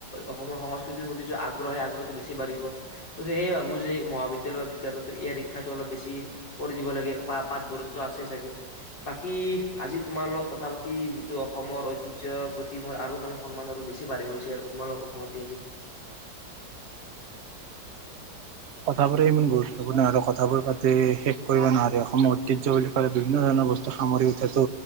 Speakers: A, on the left; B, on the right.
A: অসমৰ সংস্কৃতিৰ প্ৰতি, যিটো আগ্ৰহ সেই আগ্ৰহটো বেছি বাঢ়িব। ত' সেয়েহে ভাবো যে মহাবিদ্যালয় বা বিদ্যালয়তো ইয়াৰ শিক্ষাটো অলপ বেছি কৰি দিব লাগে, পাতবোৰতো আছে চাগে, বাকী আজি তোমাৰ লগত কথা পাতি যিটো অসমৰ ঐতিহ্যৰ প্ৰতি মোৰ আৰু মানে সন্মান আৰু বেছি বাঢ়ি গৈছে আৰু, তোমাৰ লগত কথা পাতি আজি।
B: কথাবোৰে ইমান গুৰুত্বপূৰ্ণ হয়, কথাবোৰ পাতি শেষ কৰিব নোৱাৰে। অসমৰ ঐতিহ্য বুলি ক'লে বিভিন্ন ধৰণৰ বস্তু সামৰি উঠাতো